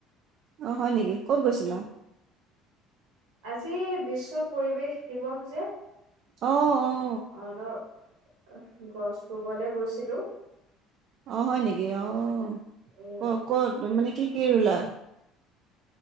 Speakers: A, on the right (about 55°); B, on the right (about 70°).
A: অ', হয়, নেকি ক'ত গৈছিলা?
B: আজি বিশ্ব পৰিৱেশ দিৱস যে
A: অ', অ'
B: <unintelligible> গছ ৰুবলৈ গৈছিলোঁ।
A: অ', হয়, নেকি? অ'
B: এ
A: অ', ক'ত মানে কি, কি ৰুলা?